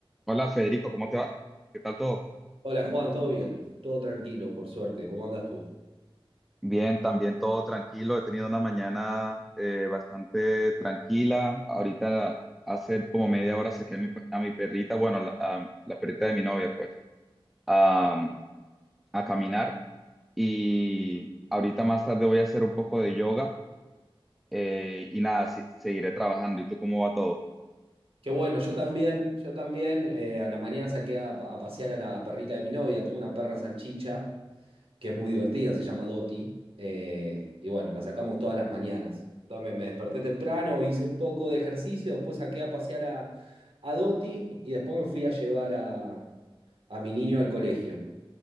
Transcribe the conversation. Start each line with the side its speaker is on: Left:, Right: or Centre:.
Centre: Hola Federico, ¿cómo te va? ¿Qué tal todo?
Right: Hola Juan, ¿todo bien? Todo tranquilo, por suerte. ¿Cómo andas tú?
Centre: Bien, también todo tranquilo. He tenido una mañana eh, bastante tranquila. Ahorita hace como media hora saqué a mi, a mi perrita, bueno, a la, a la perrita de mi novia, pues, a, a caminar. Y ahorita más tarde voy a hacer un poco de yoga eh, y nada, sí- seguiré trabajando. ¿Y tú cómo va todo?
Right: Qué bueno, yo también, yo también. eh, a la mañana saqué a, pa- a pasear a la perrita de mi novia. Tengo una perra salchicha que es muy divertida, se llama Doti. eh, y bueno, la sacamos todas las mañanas. Yo también me desperté temprano, hice un poco de ejercicio, después saqué a pasear a, a Doti y después me fui a llevar a, a mi niño al colegio.